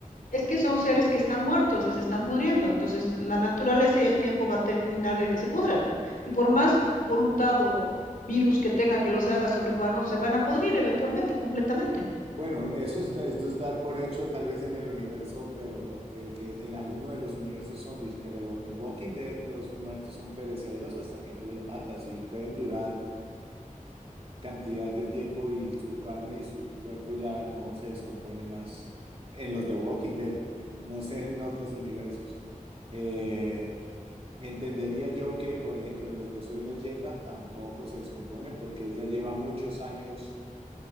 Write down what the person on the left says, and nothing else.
es que son seres que están muertos y se están pudriendo, entonces la naturaleza y el tiempo va a terminar de que se pudren. Y por más voluntad o virus que tenga que los haga sobrehumanos, se van a podrir eventualmente, completamente.